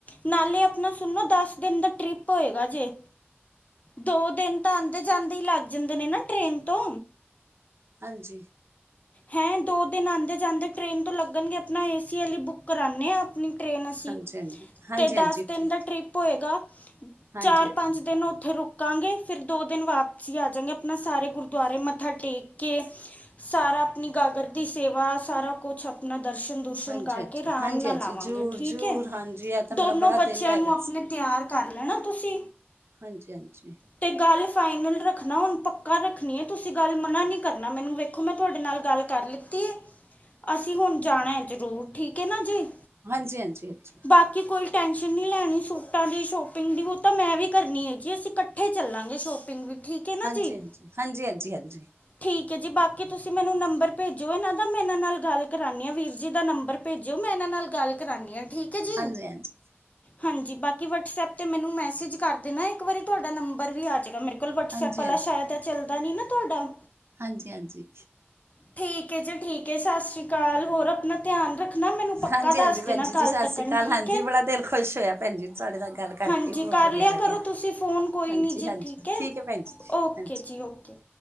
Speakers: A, on the left; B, on the right.
A: ਨਾਲੇ ਆਪਣਾ ਸੁਣੋ ਦਸ ਦਿਨ ਦਾ ਟ੍ਰਿਪ ਹੋਏਗਾ ਜੇ। ਦੋ ਦਿਨ ਤਾਂ ਆਂਦੇ ਜਾਂਦੇ ਈ ਲੱਗ ਜਾਂਦੇ ਨੇ ਨਾ ਟ੍ਰੇਨ ਤੋਂ
B: ਹਾਂਜੀ
A: ਹੈਂ ਦੋ ਦਿਨ ਆਂਦੇ ਜਾਂਦੇ ਟ੍ਰੇਨ ਤੋਂ ਲੱਗਣਗੇ ਆਪਣਾ ਏ ਸੀ ਆਲੀ ਬੁੱਕ ਕਰਾਣੇ ਆਪਣੀ ਟ੍ਰੇਨ ਅਸੀ
B: ਹਾਂਜੀ ਹਾਂਜੀ ਹਾਂਜੀ
A: ਤੇ
B: ਹਾਂਜੀ
A: ਦਸ ਦਿਨ
B: ਠੀਕ
A: ਦਾ
B: ਹੈ
A: ਟ੍ਰਿਪ ਹੋਏਗਾ।
B: ਹਾਂਜੀ
A: ਚਾਰ
B: ਹਾਂਜੀ
A: ਪੰਜ ਦਿਨ ਉੱਥੇ ਰੁਕ ਕਾਂਗੇ ਫਿਰ ਦੋ ਦਿਨ ਵਾਪਸੀ ਆ ਜਾਂਗੇ ਆਪਣਾ ਸਾਰੇ ਗੁਰਦੁਆਰੇ ਮੱਥਾ ਟੇਕ ਕੇ। ਸਾਰਾ ਆਪਣੀ ਗਾਗਰ ਦੀ ਸੇਵਾ ਸਾਰਾ ਕੁਛ ਆਪਣਾ ਦਰਸ਼ਨ ਦੁ ਸ਼ਨ
B: ਹਾਂਜੀ
A: ਕਰਕੇ ਆਰਾਮ
B: ਹਾਂਜੀ
A: ਨਾਲ
B: ਹਾਂਜੀ
A: ਆਵਾਂਗੇ
B: ਜ਼ਰੂਰ
A: ਠੀਕ
B: ਜ਼ਰੂਰ
A: ਐ
B: ਹਾਂਜੀ ਇਹ ਤਾਂ
A: ਦੋਨੋ
B: ਮੇਰਾ ਬੜਾ
A: ਬੱਚਿਆਂ
B: ਦਿਲ ਹੈਗਾ
A: ਨੂੰ ਆਪਣੇ ਤਿਆਰ ਕਰ ਲੈਣਾ ਤੁਸੀ
B: ਹਾਂਜੀ-ਹਾਂਜੀ
A: ਤੇ ਗੱਲ ਫਾਈਨਲ ਰੱਖਣਾ ਹੁਣ ਪੱਕਾ ਰੱਖਣੀ ਏ ਤੁਸੀਂ ਗੱਲ ਮਨਾ ਨਈ ਕਰਨਾ ਮੈਨੂੰ ਵੇਖੋ ਮੈਂ ਤੁਹਾਡੇ ਨਾਲ ਕੀਤੀ ਅਸੀ ਹੁਣ ਜਾਣਾ ਜਰੂਰ ਠੀਕ ਏ ਨਾ ਜੀ।
B: ਹਾਂਜੀ-ਹਾਂਜੀ-ਹਾਂਜੀ।
A: ਬਾਕੀ ਕੋਈ ਟੈਂਸ਼ਨ ਨਈ ਲੈਣੀ ਸੂਟਾਂ ਦੀ ਸ਼ੋਪਿੰਗ ਦੀ ਓ ਤਾਂ ਮੈਂ ਵੀ ਕਰਨੀ ਹੈ ਜੀ ਅਸੀਂ ਕੱ ਕੱਠੇ ਚੱਲਾਂਗੇ ਸ਼ੋਪਿੰਗ ਵੀ ਠੀਕ ਹੈ ਨਾ
B: ਹਾਂਜੀ-ਹਾਂਜੀ-ਹਾਂਜੀ-ਹਾਂਜੀ-ਹਾਂਜੀ।
A: ਜੀ ਠੀਕ ਐ ਜੀ ਬਾਕੀ ਤੁਸੀ ਮੈਨੂੰ ਨੰਬ ਭੇਜੋ ਇਨਾਂ ਦਾ ਮੈਂ ਇਨਾਂ ਨਾਲ ਗੱਲ ਕਰਾਣੀ ਆਂ ਵੀਰ ਜੀ ਦਾ ਨੰਬਰ ਭੇਜਿਓ ਮੈਂ ਇਨਾਂ ਨਾਲ ਗੱਲ ਕਰਾਂਣੀ ਆਂ। ਠੀਕ ਏ ਜੀ।
B: ਹਾਂਜੀ ਹਾਂਜੀ ਹਾਂਜੀ
A: ਹਾਂਜੀ ਬਾਕੀ ਵਟਸਐਪ ਤੇ ਮੈਨੂੰ ਮੈਸੇਜ ਕਰ ਦੇਣਾ ਇੱਕ ਵਾਰੀ ਤੁਹਾਡਾ ਨੰਬਰ ਵੀ ਆ ਜਾਏਗਾ ਮੇਰੇ ਕੋ ਕਲ ਵਟਸਐਪ
B: ਹਾਂਜੀ
A: ਵਾਲਾ ਸ਼ਾਇਦ ਚੱਲਦਾ ਨਈ ਨਾ ਤੁਡਾ
B: ਹਾਂਜੀ-ਹਾਂਜੀ
A: ਠੀਕ ਏ ਜੀ ਠੀਕ ਏ ਸਤਿ ਸ਼੍ਰੀ ਅਕਾਲ ਹੋਰ ਆਪਣਾ ਧਿਆਨ ਰੱਖਣਾ ਮੈਨੂੰ ਪੱਕਾ
B: ਹਾਂਜੀ ਹਾਂਜੀ
A: ਦੱਸ
B: ਭੈਣ
A: ਦੇਣਾ
B: ਜੀ
A: ਕੱਲ
B: ਜੀ ਸਤਿ
A: ਤੱਕਣ
B: ਸ਼੍ਰੀ ਅਕਾਲ
A: ਠੀਕ
B: ਹਾਂਜੀ
A: ਏ।
B: ਬੜਾ ਦਿਲ ਖੁਸ਼ ਹੋਇਆ ਭੈਣ ਜੀ ਤੁਹਾਡੇ ਨਾਲ ਗੱਲ ਕਰਕੇ
A: ਹਾਂਜੀ
B: ਬਹੁਤ
A: ਕਰ
B: ਵਧੀਆ
A: ਲਿਆ
B: ਲੱਗਿਆ
A: ਕਰੋ ਤੁਸੀਂ ਫੋਨ ਕੋਈ
B: ਹਾਂਜੀ
A: ਨੀ ਜੇ
B: ਹਾਂਜੀ
A: ਠੀਕ ਏ।
B: ਹੈ ਭੈਣ ਜੀ ਜੀ,
A: ਓਕੇ
B: ਹਾਂਜੀ
A: ਜੀ ਓਕੇ